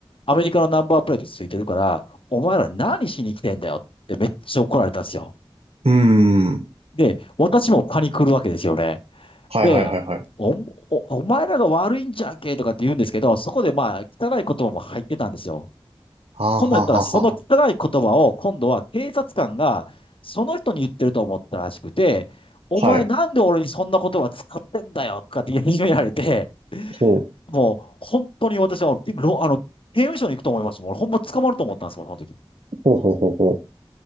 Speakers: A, on the left; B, on the right.
A: あ、アメリカのナンバープレートついてるから、お前ら何しに来てんだよってめっちゃ怒られたんですよ。
B: ーん。
A: で、私もパニクるわけですよね。
B: はいはいはいはい。
A: で、お、お、お前らが悪いんじゃんけとかって言うんですけど、そこでまあ、汚い言葉も入ってたんですよ。
B: はあはあはあは
A: 今度やったら、その汚い言葉を今度は警察官がその人に言ってると思ったらしくて、お前なんで俺にそんな言葉使ってんだよとかって言い始められて、
B: あ。はい。ほう、
A: もう本当に私は、あの、刑務所に行くと思いますもん。俺ほんま捕まると思ったんですもん、その時。
B: ほうほうほうほう。